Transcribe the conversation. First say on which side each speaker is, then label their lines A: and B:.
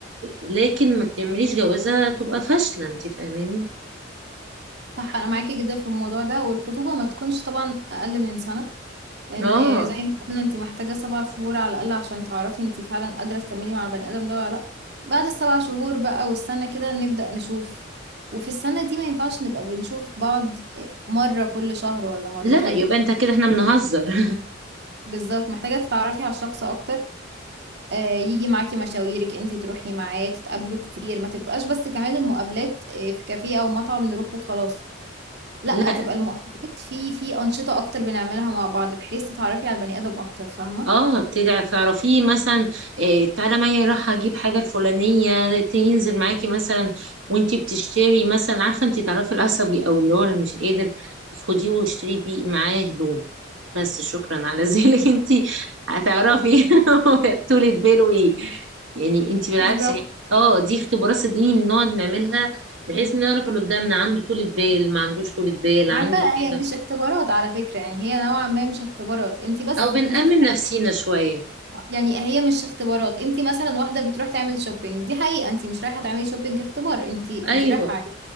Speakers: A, on the right (about 75°); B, on the right (about 60°).
A: لكن ما تعمليش جوازة تبقى فاشلة أنت فاهماني؟
B: صح انا معاكي جدا في الموضوع ده والخطوبة ما تكونش طبعا اقل من سنة لان
A: آه
B: زي ما قلنا انت محتاجه سبع شهور على الاقل عشان تعرفي انت فعلا قادره تكملي مع البني ادم ده ولا لا بعد السبع شهور بقى والسنه كده نبدا نشوف وفي السنه دي ما ينفعش نبقى بنشوف بعض مره كل شهر ولا مرتين
A: لا يبقى أنت كده إحنا بنهزر
B: بالظبط محتاجه تتعرفي على الشخص اكتر آه، يجي معاكي مشاويرك انت تروحي معاه تتقابلوا كتير ما تبقاش بس كمان المقابلات آه، في كافيه او مطعم نروح وخلاص لا
A: <laughs>
B: تبقى المقابلات في في انشطه اكتر بنعملها مع بعض بحيث تتعرفي على البني ادم اكتر فاهمه
A: اه بتدعي تعرفيه مثلا إيه تعالى معايا راح اجيب حاجه الفلانيه تنزل معاكي مثلا وانتي بتشتري مثلا عارفه انتي تعرفي العصبي او اللي هو اللي مش قادر خديه واشتري بيه معاه هدوم بس شكرا على ذلك <laughs> انتي هتعرفي <laughs> طولة باله ايه يعني انتي بالعكس
B: بالظبط
A: يعني اه دي اختبارات صدقيني بنقعد نعملها بحيث نعرف اللي قدامنا عنده طولة بال ما عندوش طولة بال
B: عارفة
A: عنده كده
B: هي مش اختبارات على فكرة يعني هي نوعا ما مش اختبارات انت بس
A: او بنأمن
B: انت في...
A: نفسينا شويه
B: يعني هي مش اختبارات انت مثلا واحدة بتروح تعمل شوبينج دي حقيقة انت مش رايحة تعملي شوبينج اختبار انت
A: ايوه
B: انت رايحة